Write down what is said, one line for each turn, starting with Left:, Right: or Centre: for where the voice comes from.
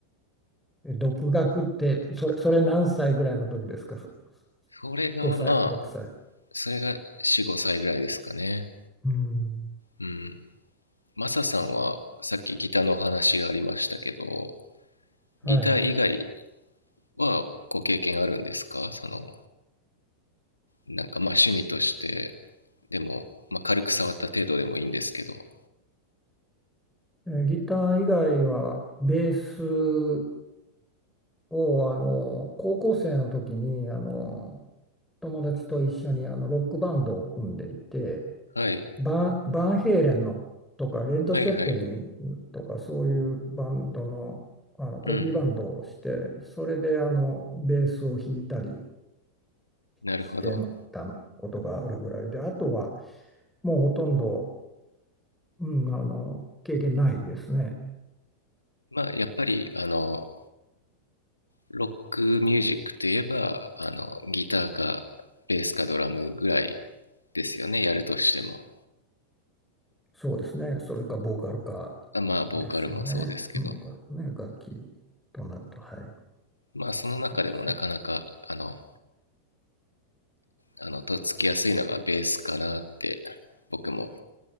Centre: 独学って、それ、それ何歳ぐらいの時ですかそ
Left: それがまあ
Centre: ?5 歳、6歳。
Left: それが45歳ぐらいですかね
Centre: うん。
Left: うんマサさんはさっきギターのお話がありましたけど、
Centre: はい。
Left: ギター以外はご経験あるんですかその、なんかまあ趣味として、でも、まあ軽く触った程度でもいいんですけど。
Centre: えーギター以外は、ベースをあの高校生の時にあの友達と一緒にあのロックバンドを組んでいて
Left: はい、
Centre: バン、バンヘイレンのとかレッド・
Left: はいはい。
Centre: ゼッペリンとかそういうバンドの、あのコピーバンドをしてそれであのベースを弾いたり
Left: うん、なるほど。
Centre: してたことがあるぐらいであとはもうほとんど、うん、あの経験ないですね。
Left: まあやっぱり、あの、ロックミュージックといえば、あの、ギターかベースかドラムぐらいですよね、やるとしても。
Centre: そうですね。それかボーカルか
Left: あまあボーカルもそうですけど。
Centre: ですよね。ボーカルね、楽器となると、はい、
Left: まあその中でもなかなか、
Centre: そうですね。
Left: あの、あのとっつきやすいのがベースかなって僕も